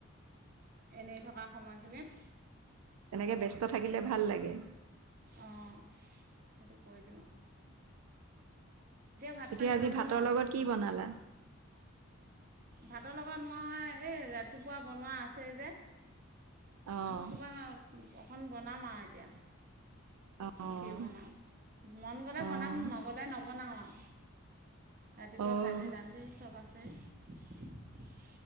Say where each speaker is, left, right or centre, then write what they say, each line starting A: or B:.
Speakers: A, on the right; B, on the right.
A: এনেই থকা সময়খিনিত।
B: তেনেকে ব্যস্ত থাকিলে ভাল লাগে।
A: অ'! সেইটো কৈ দিওঁ। ভাত
B: এতিয়া,
A: পানী
B: আজি
A: নবনোৱা
B: ভাতৰ লগত কি বনালা?
A: ভাতৰ লগত মই এই ৰাতিপুৱা বনোৱা আছেই যে
B: অঁ
A: আকৌ কিবা অকণ বনাম আৰু এতিয়া
B: অঁ
A: কি বনাওঁ মন গ'লে
B: অঁ
A: বনাম নগ'লে নবনাওঁ আৰু ৰাতিপুৱা
B: অঁ
A: ভাজি দালি চ'ব আছেই। <inaudible>